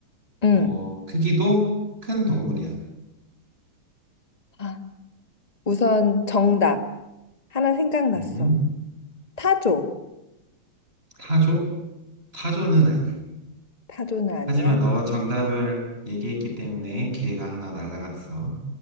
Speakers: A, on the left (about 20°); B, on the right (about 25°).
A: 응.
B: 어, 크기도 큰 동물이야.
A: 아, 우선 정답. 하나 생각났어.
B: 음,
A: 타조.
B: 타조? 타조는 아니야.
A: 타조는 아니야?
B: 하지만 너가
A: 오케이.
B: 정답을 얘기했기 때문에 기회가 하나 날아갔어.